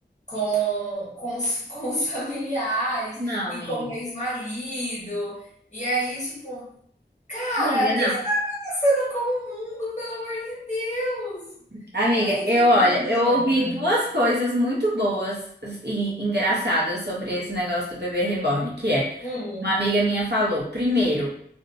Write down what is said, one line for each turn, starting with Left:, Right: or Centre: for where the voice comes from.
Left: com, com os, <laughs> com os familiares
Right: Não,
Left: e
Right: amiga.
Left: com o ex-marido. E aí, tipo, cara,
Right: Amiga,
Left: o
Right: não.
Left: que que tá acontecendo com o mundo, pelo amor de Deus?
Right: Amiga,
Left: Eu fiquei
Right: eu, olha,
Left: muito abismada.
Right: eu ouvi duas coisas muito boas e engraçadas sobre esse negócio do bebê reborn, que é
Left: Hum,
Right: Uma amiga minha falou: primeiro,